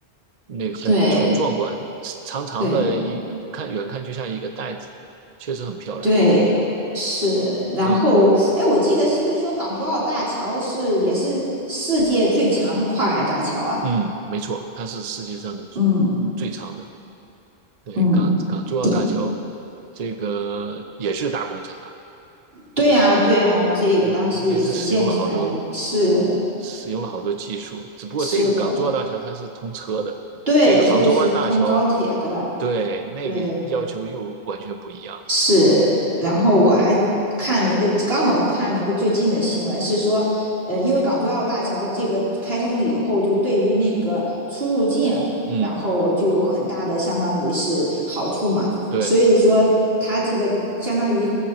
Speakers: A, on the right; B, on the right.
A: 那个很很壮观，
B: 对，
A: 长长的一一看远看就像一个袋子一样，
B: 对。
A: 确实很漂亮。
B: 对，是。然后，
A: 所以，
B: 哎，我记得是不是说港珠澳大桥是也是世界最长跨海大桥啊？
A: 嗯，没错，它是世界上的嗯最长的。
B: 嗯
A: 对，
B: 嗯，
A: 港港珠澳大桥
B: 你
A: 这个也是大工程啊，
B: 对呀、对呀、这个当时也是建起来，
A: 嗯，也是使用了好多
B: 是
A: 使用了好多技术。只不过这个港珠澳大桥它是通车的，
B: 是的，对，
A: 这个杭州湾大桥
B: 这个是通高铁的，
A: 对那个要求又完全不一样了
B: 对，是，然后我还看了一个，刚好看了一个最近的新闻，是说，呃，因为港珠澳大桥这个开通了以后，就对于那个出入境，
A: 嗯，
B: 然后就有很大的相当于是好处嘛，
A: 对，
B: 所以说它这个相当于